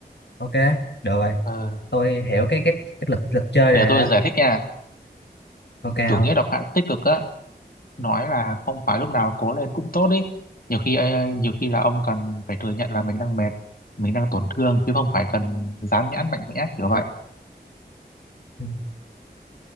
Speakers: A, on the left; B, on the left.
A: Ok, được rồi.
B: Ờ,
A: Tôi hiểu cái cái cái lực lực chơi
B: để
A: này rồi
B: tôi
A: đó.
B: giải thích nha
A: Ok không?
B: chủ nghĩa độc hại tích cực á nói là không phải lúc nào cố lên cũng tốt đi nhiều khi ờ, nhiều khi là ông cần phải thừa nhận là mình đang mệt mình đang tổn thương chứ không phải cần dán nhãn mạnh mẽ kiểu vậy
A: Ừ,